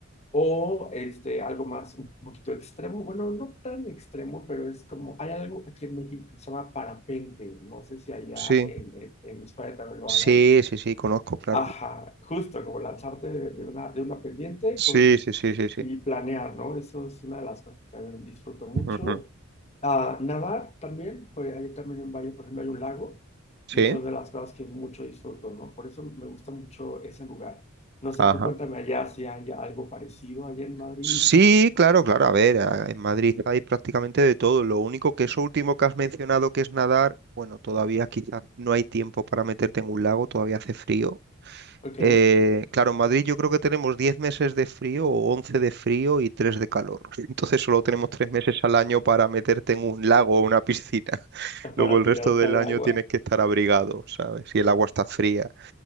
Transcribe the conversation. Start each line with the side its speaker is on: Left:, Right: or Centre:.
Left: o este, algo más, un poquito extremo, bueno, no tan extremo, pero es como, hay algo aquí en México que se llama parapente, no sé si allá
Right: Sí,
Left: en, en, en España también lo
Right: sí,
Left: hagan.
Right: sí, sí, conozco, claro.
Left: Ajá, justo como lanzarte de, de una, de una pendiente
Right: Sí,
Left: con,
Right: sí, sí, sí, sí.
Left: y planear, ¿no? Eso es una de las cosas que también disfruto mucho.
Right: Ujú.
Left: Ah, nadar también, porque hay también un baño, por ejemplo, hay un lago,
Right: Sí,
Left: y son de las cosas que mucho disfruto, ¿no? Por eso me gusta mucho ese lugar. No sé,
Right: ajá.
Left: tú cuéntame allá si hay algo parecido allá en Madrid,
Right: Sí, claro, claro. A ver, a- en Madrid hay prácticamente de todo. Lo único que eso último que has mencionado, que es nadar, bueno, todavía quizás no hay tiempo para meterte en un lago, todavía hace frío.
Left: ¿ok?
Right: Eh, claro, en Madrid yo creo que tenemos 10 meses de frío o 11 de frío y 3 de calor. <laughs> Entonces solo tenemos 3 meses al año para meterte en un lago o una piscina. <laughs> Luego
Left: Para
Right: el
Left: tirar
Right: resto del
Left: tal
Right: año
Left: agua,
Right: tienes que estar abrigado, ¿sabes? Y el agua está fría.